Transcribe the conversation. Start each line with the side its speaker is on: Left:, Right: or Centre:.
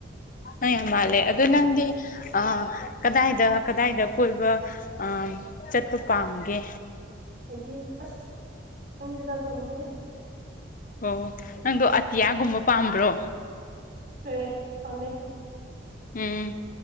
Left: ꯅꯪ ꯌꯥꯝ ꯃꯥꯜꯂꯦ ꯑꯗꯨ ꯅꯪꯗꯤ ꯑꯥ ꯀꯗꯥꯏꯗ ꯀꯗꯥꯏꯗ ꯀꯣꯏꯕ ꯑꯥ ꯆꯠꯄ ꯄꯥꯝꯒꯦ
Right: ꯑꯩꯗꯤ ꯑꯁ ꯈꯪꯗꯦꯗ ꯑꯗꯨꯒꯨꯝꯕꯗꯤ
Left: ꯑꯣ ꯅꯪꯗꯣ ꯑꯇꯤꯌꯥꯒꯨꯝꯕ ꯄꯥꯝꯕ꯭ꯔꯣ
Right: ꯍꯣꯏꯌꯦ ꯄꯥꯝꯃꯦ
Left: ꯎꯝ